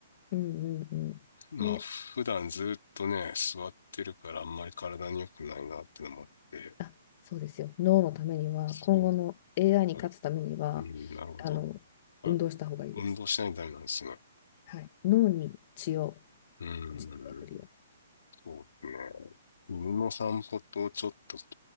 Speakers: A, on the left; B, on the left.
A: うんうん。
B: まあ普段ずっとね、
A: で、
B: 座ってるからあんまり体に良くないなってのもあって、
A: あ、そうですよ。脳のためには、
B: そ
A: 今後の AI に勝つためには、
B: う。うん、なるほど。
A: あの、
B: あ、
A: 運動した方がいいです。
B: 運動しないとダメなんですね。
A: はい。脳に血を、
B: う
A: 血の巡りを。
B: ん、そうですね。犬の散歩とちょっと筋、